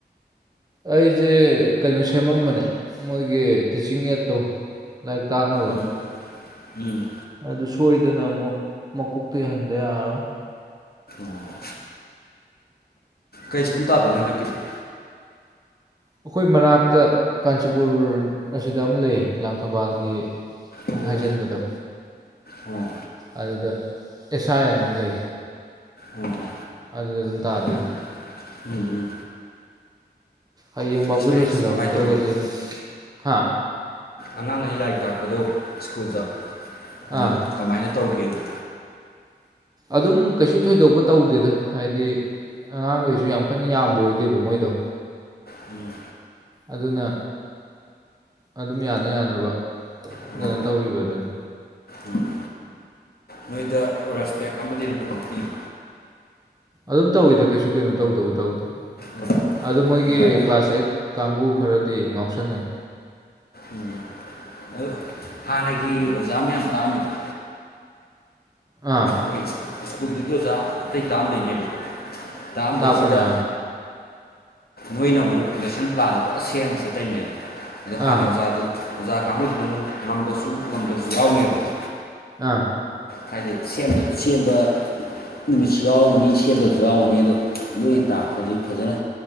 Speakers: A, on the right; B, on the left.
A: ꯑꯩꯁꯦ ꯀꯩꯅꯣ ꯁꯦꯝꯃꯝꯕꯅꯦ ꯃꯣꯏꯒꯤ ꯇꯤꯆꯤꯡ ꯑꯦꯠꯇꯣ ꯂꯥꯏꯔꯤꯛ ꯇꯥꯛꯅꯕ
B: ꯎꯝ ꯎꯝ
A: ꯑꯗꯨ ꯁꯣꯏꯗꯅ ꯑꯃꯨꯛ ꯃꯀꯣꯛꯇꯩ ꯍꯟꯗ ꯌꯥꯔꯣꯏ
B: ꯑꯣ ꯀꯩ ꯁꯀꯨꯝ ꯇꯥꯗꯣꯏꯅꯣ ꯍꯟꯗꯛꯀꯤꯗꯤ
A: ꯑꯩꯈꯣꯏ ꯃꯅꯥꯛꯇ ꯀꯥꯟꯆꯤꯄꯨꯔ ꯑꯁꯤꯗ ꯑꯃ ꯂꯩ ꯂꯥꯡꯊꯧꯕꯥꯜꯒꯤ
B: ꯑꯣ
A: ꯍꯥꯏꯖꯤꯟꯕꯗꯣ
B: ꯑꯣ
A: ꯑꯗꯨꯗ ꯑꯦꯁꯥꯏ ꯑꯟ ꯑꯃ ꯂꯩ
B: ꯑꯣ
A: ꯑꯗꯨꯗ ꯑꯗꯨꯝ ꯇꯥꯗꯣꯏꯅꯤ
B: ꯎꯝ ꯎꯝ ꯎꯝ
A: ꯍꯌꯦꯡꯕꯎꯗ
B: ꯑꯦꯛꯁꯄꯤꯔꯦꯟꯁꯇꯤ
A: ꯂꯣꯏꯁꯤꯜꯍꯧꯗ꯭ꯔꯒꯗꯤ
B: ꯀꯃꯥꯏꯅ ꯇꯧꯒꯦꯕ
A: ꯑꯃꯨꯛ ꯍꯥ
B: ꯑꯉꯥꯡ ꯑꯅꯤ ꯂꯥꯏꯔꯤꯛ ꯇꯥꯛꯄꯗꯣ ꯁ꯭ꯀꯨꯜꯗ
A: ꯑꯥ
B: ꯑꯗꯨ ꯀꯃꯥꯏꯅ ꯇꯧꯒꯦꯕ
A: ꯑꯗꯨꯝ ꯀꯩꯁꯨ ꯊꯣꯏꯗꯣꯛꯄ ꯇꯧꯗꯦꯗ ꯍꯥꯏꯗꯤ ꯑꯉꯥꯡꯈꯩꯁꯨ ꯌꯥꯝ ꯀꯟꯅ ꯌꯥꯝꯕ ꯑꯣꯏꯗꯦꯕ ꯃꯣꯏꯗꯣ
B: ꯑꯣ
A: ꯑꯗꯨꯅ ꯑꯗꯨꯝ ꯌꯥꯅ ꯌꯥꯅꯕ
B: ꯑꯣ
A: ꯀꯩꯅꯣ ꯇꯧꯔꯤꯕ ꯑꯗꯨꯅꯤ
B: ꯎꯝ ꯅꯣꯏꯗ ꯔꯦꯁꯄꯦꯛ ꯑꯃꯗꯤ ꯂꯊꯄꯤꯤꯌꯨ
A: ꯑꯗꯨꯝ ꯇꯧꯋꯤꯗ ꯀꯩꯁꯨ ꯀꯩꯅꯣ ꯇꯧꯗꯕ ꯇꯧꯗꯦ
B: ꯄꯤꯕ
A: ꯑꯗꯨ ꯃꯣꯏꯒꯤ
B: ꯂꯥꯏ
A: ꯀ꯭ꯂꯥꯁ ꯑꯩꯠ ꯀꯥꯡꯕꯨ ꯈꯔꯗꯤ ꯉꯥꯎꯁꯟꯅꯩ
B: ꯎꯝ ꯑꯗꯨ ꯍꯥꯟꯅꯒꯤ ꯑꯣꯖꯥ ꯃꯌꯥꯝ ꯇꯥꯛꯑꯝꯃꯤꯗ
A: ꯑꯥ
B: ꯃꯣꯏ ꯁ꯭ꯀꯨꯜꯗꯨꯒꯤ ꯑꯣꯖꯥ ꯑꯇꯩ ꯇꯥꯛꯑꯝꯗꯩꯅꯦꯕꯀꯣ ꯇꯥꯛꯑꯝꯗꯩꯁꯤꯗ
A: ꯇꯥꯛꯄꯅꯦ ꯑꯥ
B: ꯅꯣꯏꯅ ꯑꯃꯨꯛ ꯂꯦꯁꯟ ꯄ꯭ꯂꯥꯟꯁꯦ ꯁꯦꯝꯃ ꯆꯠꯇꯣꯏꯅꯦꯕ ꯑꯗꯣ ꯍꯥꯟꯅ
A: ꯑꯥ
B: ꯑꯣꯖꯥꯗꯨ ꯑꯣꯖꯥ ꯀꯥꯡꯕꯨꯗꯨꯗ ꯑꯃꯨ ꯉꯝꯕꯁꯨ ꯉꯝꯗꯕꯁꯨ ꯌꯥꯎꯅꯦꯕꯀꯣ
A: ꯑꯥ
B: ꯍꯥꯏꯗꯤ ꯁꯦꯝꯕ ꯁꯦꯝꯕ ꯅꯨꯃꯤꯠꯁꯨ ꯌꯥꯎꯔꯝꯒꯅꯤ ꯁꯦꯝꯗꯕꯁꯨ ꯌꯥꯎꯔꯝꯅꯤ ꯑꯗꯣ ꯂꯣꯏ ꯇꯥꯛꯄꯗꯒꯤ ꯐꯖꯅ